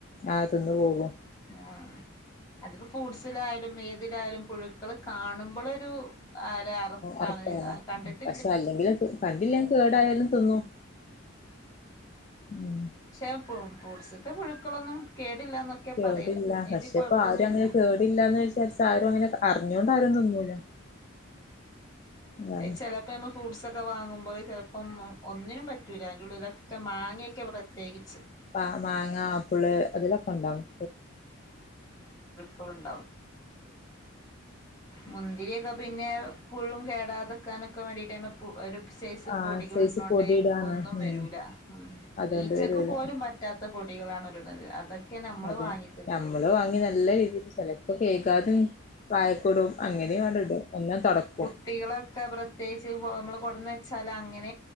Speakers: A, on the left; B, on the left.
A: ആഹ് തിന്ന് പോകും
B: ആ ഫ്രൂട്സിലായാലും ഏതിലായാലും പുഴുക്കൾ കാണുമ്പോളൊരു ആരെ അറപ്പാണ്
A: അറക്കാനോ
B: കണ്ടിട്ട്
A: പക്ഷെ അല്ലെങ്കിൽ കണ്ടില്ലൻ കേടായാലും തിന്നും ഉം
B: ഷർപ്പും ഫൂഡ്സത്തെ പുഴുക്കളൊന്നും കേ ഇല്ലാനൊക്കെയാ
A: കേടില്ല
B: പറേൽ തിന്നേറ്റ്
A: പക്ഷെ
B: കൊഴപ്പൊന്നുല്ല
A: ഇപ്പൊ ആരും അങ്ങനെ കേടില്ലാന്ന് വിചാരിച്ച് ആരും അങ്ങനെ അറിഞ്ഞോണ്ട് ആരും തിന്നൂല അതാണ്
B: ചെലപ്പോ നമ്മ ഫ്രൂട്ട്സെ വാങ്ങുമ്പോൾ ചെലപ്പം ഒന്നിനും പറ്റ അയിൻ്റെ ഉള്ളിലൊക്കെ മാങ്ങയൊക്കെ ഇവിടെ പേടിച്ച്
A: ആ മാങ്ങ ആപ്പിള് അതിലൊക്കെണ്ടാവും
B: കൊളൊണി മുന്തിരിയോക്കെ പിന്നെ പുഴും കേടാതെക്കാനൊക്കെ വേണ്ടിയിട്ടായ് അയിമേ പു ഒരു സൈസ്
A: ആഹ്
B: പൊടികൾ
A: സൈസ്
B: ഇുന്നോണ്ട്
A: പൊടിയിടാണ്
B: ഒന്നും വരൂല
A: ഉം അതുകൊണ്ട്
B: ഈ ഉച്ചക്ക്
A: വരൂല
B: പോലും പറ്റാത്ത പൊടികളാണ് ഒരുരുന്നത് അതാ കേണ് നമ്മൾ
A: അതെ
B: വാങ്ങിക്ക
A: നമ്മള് വാങ്ങി നല്ല രീതിയിൽ ചെലപ്പോ കേൾക്കാതും വായക്കൂടും അങ്ങനെയും ആണ്ട് ഇടും ഒന്നാ തൊടക്കും
B: കുട്ടികളൊക്കെ പ്രത്യേകിച്ച് നമ്മ കൊടന്ന് വെച്ചൽ അങ്ങന